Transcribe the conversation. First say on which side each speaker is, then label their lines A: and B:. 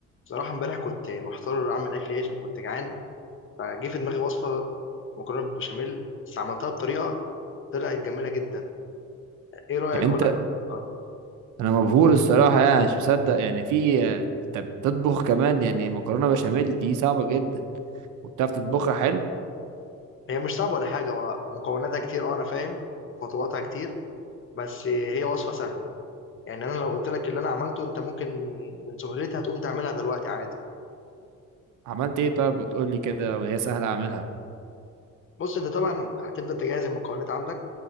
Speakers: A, on the left; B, on the right.
A: بصراحة امبارح كنت محتار أعمل أكل إيه عشان كنت جعان فجه في دماغي وصفة مكرونة بالبشاميل بس عملتها بطريقة طلعت جميلة جدا إيه رأيك
B: يعني
A: أقول
B: انت
A: لك أه
B: انا مبهور الصراحه يعني مش مصدق يعني في انت بتطبخ كمان يعني مكرونه بشاميل دي صعبه جدا وبتعرف تطبخها حلو
A: هي مش صعبة ولا حاجة هو مكوناتها كتير أه أنا فاهم خطواتها كتير بس هي وصفة سهلة يعني أنا لو قلت لك اللي أنا عملته أنت ممكن من سهولتها تقوم تعملها دلوقتي عادي
B: عملت ايه طيب بتقول لي كده وهي سهله اعملها
A: بص أنت طبعا هتبدأ تجهز المكونات عندك